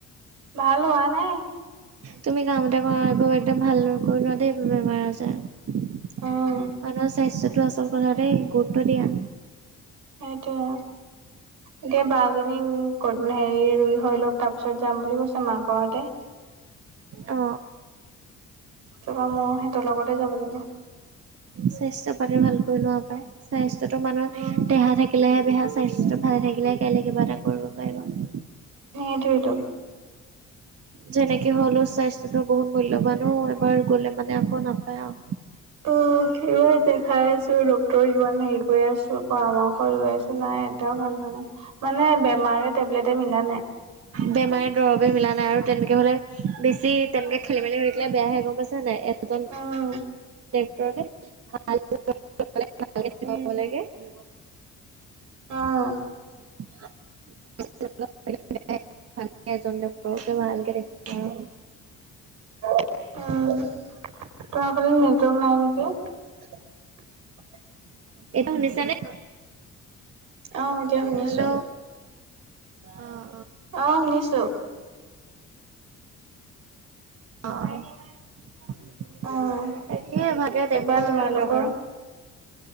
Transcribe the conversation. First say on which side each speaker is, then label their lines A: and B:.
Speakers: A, on the right (about 85°); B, on the right (about 50°).
A: ভাল হোৱা নাই।
B: তুমি কাম এটা কৰা একদম ভালদৰে কৰি ল দেই এই বেমাৰ- আজাৰ। মানুহৰ
A: উম
B: স্বাস্থ্যটো আচল কথা দেই, গুৰুত্ব দিয়া।
A: সেইটোৱে। এতিয়া বা জনীক হেৰি ৰুই হৈ লওক, তাৰ পিছত যাম বুলি কৈছে মাকৰ হতে।
B: অ।
A: তাৰপৰা মইও সিহঁতৰ লগতে যাব লাগিব।
B: স্বাস্থ্য পাতি ভালকৈ লোৱা পায়, স্বাস্থ্যতো মানুহৰ
A: উম
B: দেহা থাকিলে থাকিলে বেহা। স্বাস্থ্যটো ভালে থাকিলে কাইলে কিবা এটা কৰিব পাৰিব।
A: সেইটোৱেটো।
B: যেনেকে হ'লও স্বাস্থ্যতো বহুত মূল্যবানো অ। এবাৰ গলে মানে আকৌ নাপায় আৰু।
A: অ, ইমান দেখাই আছোঁ। ডাকক্তৰ যিমান হেৰি কৰি আছোঁ, পৰামৰ্শ লৈ আছোঁ। নাই এটাও ভাল হোৱা নাই। মানে বেমাৰে টেবলেটে মিলা নাই।
B: বেমাৰে দৰৱে মিলা নাই। আৰু তেনেকে হলে বেছি তেনেকে খেলি- মেলি হৈ থাকিলে বেয়াহে। গম পাইছে নাই। এজন
A: উম
B: ডাক্তৰক ভালকে দেখুৱাব
A: উম
B: লাগে। অ।
A: অ।
B: <unintelligible> এজন ডাক্তৰকে ভালকে দেখুৱাব লাগে।
A: উম, তোমাৰ ফালে নেটৱৰ্ক নাই নেকি? <unintelligible>
B: এইটো শুনিছ নে?
A: অ', এতিয়া শুনিছোঁ।
B: হেল্ল অ',
A: অ শুনিছো।
B: অঁ তেতিয়া
A: অ',
B: ভাদে
A: তাৰপা
B: দেখুৱাম
A: তোমালোকৰ?
B: আৰু ডক্টৰক।